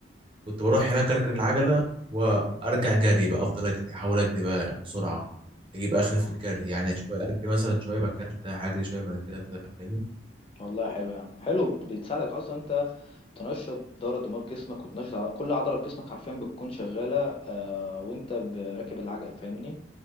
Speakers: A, on the right; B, on the left.
A: كنت بروح هناك اركن العجله وارجع جري بقى افضل اجري احاول اجري بقى بسرعه اجيب اخر
B: اه
A: في الجري يعني شويه اجري مثلا شويه بعد كده ارتاح اجري شويه بعد كده ارتاح فاهمني
B: والله حلو يا عم حلو بتساعدك اصلا انت تنشط الدورة الدموية في جسمك وتنشط ع- كل عضلة في جسمك حرفيا بتكون شغالة آه وانت ب- راكب العجل فاهمني